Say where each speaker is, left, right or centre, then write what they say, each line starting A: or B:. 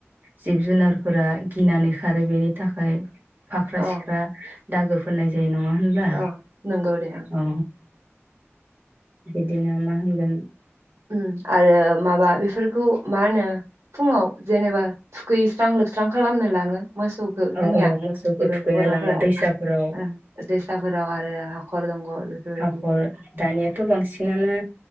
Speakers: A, on the right; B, on the right.
A: जिब जुनार फोरा गिनानै खारो बेनि थाखाय फाख्रा
B: अ
A: सिख्रा दागो फोननाय जायो न ङा होनबा
B: अ नंगौ दे आं
A: अ बिदिनो मा होनगोन
B: उ आरो माबा बेफोरखौ मा होनो फुङाव जेनेबा थुखैैस्रां लोबस्रां खालामनो लाङो मोसौखो जोंनिया
A: औ औ मोसौखौ
B: गासैबो
A: थुखैनो
B: बर'फोरा
A: लाङो दैसाफोराव
B: ओ दैसाफोराव आरो हाखर दङ बेफोरबायदि
A: हाखर दानियाथ' बांसिनानो